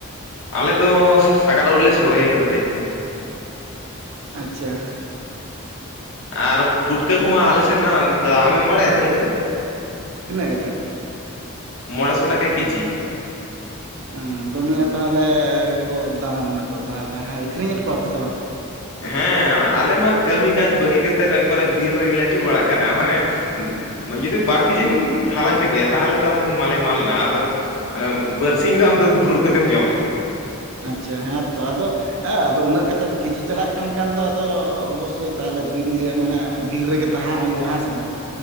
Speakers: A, on the left; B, on the right.
A: ᱟᱞᱮ ᱫᱚ ᱥᱟ-ᱥᱟᱜᱟᱫ ᱳᱫ ᱞᱮ ᱥᱳᱲᱮ ᱠᱟᱫᱟ ᱛᱮᱦᱮᱧ ᱫᱚ ᱾
B: ᱟᱪᱪᱷᱟ
A: ᱟᱨ ᱯᱩᱴᱠᱟᱹ ᱠᱚᱢᱟ ᱟᱞᱮᱥᱮᱱ ᱱᱟᱜ ᱫᱟᱢᱮᱢ ᱵᱟᱲᱟᱭᱟ ᱛᱤᱱᱟᱹᱜ ᱠᱟᱛᱮᱛ?
B: ᱛᱤᱱᱟᱹᱜ ᱠᱟᱛᱮᱛ?
A: ᱢᱚᱲᱮ ᱥᱚ ᱴᱟᱠᱟ ᱠᱤᱡᱤ ᱾
B: ᱚᱻ ᱫᱚ ᱱᱤᱭᱟᱹ ᱛᱟᱦᱚᱞᱮ ᱠᱚ ᱫᱟᱢᱟᱱᱟ ᱛᱚ ᱛᱟᱦᱚᱞᱮ ᱦᱮᱸ ᱟᱹᱠᱷᱨᱤᱧᱮᱫ ᱠᱚᱣᱟ ᱯᱮᱥᱮ ᱵᱟᱝ?
A: ᱦᱮᱸ! ᱟᱞᱮ ᱢᱟ ᱠᱟᱹᱢᱤ ᱠᱟᱡᱽ ᱵᱟᱹᱜᱤ ᱠᱟᱛᱮᱫ ᱮᱠᱵᱟᱨᱮ ᱵᱤᱨ ᱨᱮᱜᱮᱞᱮ ᱟᱹᱪᱩᱨ ᱵᱟᱲᱟᱜ ᱠᱟᱱᱟ, ᱢᱟᱱᱮ ᱡᱩᱫᱤ ᱵᱟᱨ ᱠᱮᱡᱤᱢ ᱦᱟᱞᱟᱝ ᱠᱮᱫᱮᱭᱟ ᱛᱟᱦᱚᱞᱮ ᱛᱚ ᱟᱢᱫᱚᱢ ᱢᱟᱞᱮ ᱢᱟᱞᱱᱟ, ᱟᱫᱚ ᱢᱟᱱᱮ ᱵᱟᱹᱨᱥᱤᱧ ᱫᱚ ᱟᱢᱫᱚ ᱫᱩᱲᱩᱵ ᱠᱟᱛᱮᱢ ᱡᱚᱢᱟ᱾
B: ᱟᱪᱪᱷᱟ, ᱦᱮᱸ ᱛᱚ ᱟᱫᱚ ᱦᱮᱸ ᱟᱫᱚ ᱩᱱᱟᱹᱜ ᱠᱟᱛᱮᱫ ᱠᱮᱡᱤ ᱪᱟᱞᱟᱜ ᱠᱟᱱ ᱠᱷᱟᱱ ᱟᱫᱚ ᱚᱵᱚᱥᱥᱳᱭ ᱛᱟᱦᱚᱞᱮ ᱫᱤᱱᱜᱮ ᱢᱟᱱᱮ ᱵᱤᱨ ᱨᱮᱜᱮ ᱛᱟᱦᱮᱸ ᱦᱩᱭᱩᱜᱼᱟ ᱦᱮᱸ ᱥᱮ ᱵᱟᱝ ᱾